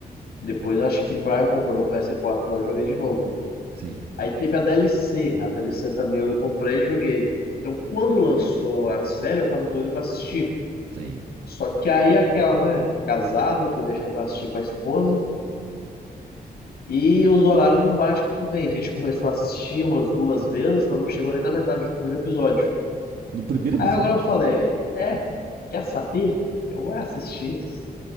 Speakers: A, on the left (about 80°); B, on the right (about 75°).
A: Depois acho que Brian comprou no PS4 lá, eu joguei de novo.
B: sim,
A: Aí teve a DLC. A DLC também eu comprei e joguei. Então, quando lançou a série, eu tava doido pra assistir.
B: sim.
A: Só que aí aquela, né, casado, fui deixar pra assistir com a esposa. E os horários não batem muito bem. A gente começou a assistir umas duas vezes, mas não chegou nem na metade do primeiro episódio.
B: No primeiro episódio?
A: Aí agora eu falei, é, quer saber? Eu vou assistir esse